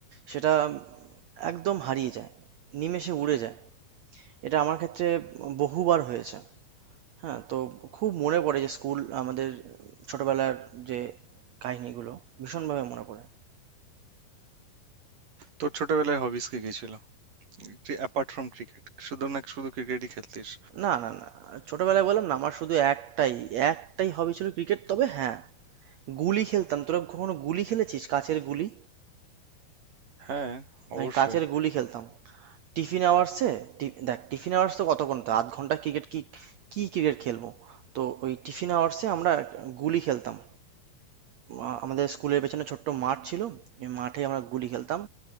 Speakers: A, on the right (about 80°); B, on the right (about 60°).
A: সেটা একদম হারিয়ে যায় নিমেষে উড়ে যায় এটা আমার ক্ষেত্রে বহুবার হয়েছে হ্যাঁ তো খুব মনে পড়ে যে স্কুল আমাদের ছোটবেলার যে কাহিনীগুলো ভীষণভাবে মনে পড়ে
B: তোর ছোটবেলায় হবিস কি কি ছিল যে অ্যাপার্ট ফ্রম ক্রিকেট শুধু না শুধু ক্রিকেটই খেলতিস
A: না না না ছোটবেলায় বললাম না আমার শুধু একটাই একটাই হবি ছিল ক্রিকেট তবে হ্যাঁ গুলি খেলতাম তোরা কখনো গুলি খেলেছিস কাচের গুলি
B: হ্যাঁ অবশ্যই
A: আমি কাচের গুলি খেলতাম টিফিন আওয়ার্সে দেখ টিফিন আওয়ার্স তো কতক্ষণ তো আধ ঘন্টা ক্রিকেট কি কি ক্রিকেট খেলবো তো ওই টিফিন আওয়ার্সে আমরা গুলি খেলতাম আ- আমাদের স্কুলের পেছনে ছোট্ট মাঠ ছিল ওই মাঠে আমরা গুলি খেলতাম